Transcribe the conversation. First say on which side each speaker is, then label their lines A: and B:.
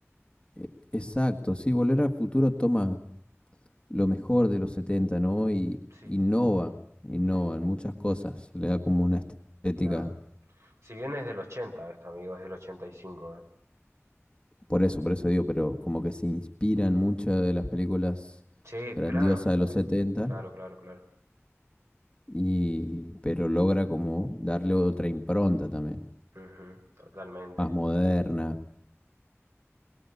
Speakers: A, on the left (about 20°); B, on the right (about 75°).
A: eh, exacto, sí, Volver al Futuro toma lo mejor de los setenta ¿no? Y
B: Sí,
A: innova, innova
B: sí, sí,
A: en muchas cosas. Le da como una estética,
B: claro. Si bien es del 80, esta, amigo, es del 85,
A: por eso, por eso digo, pero como que se inspiran mucho de las películas
B: Sí,
A: grandiosas
B: claro,
A: de los
B: te-
A: 70
B: claro, claro, claro.
A: y, pero logra como darle otra impronta también,
B: Ujú, totalmente.
A: más moderna.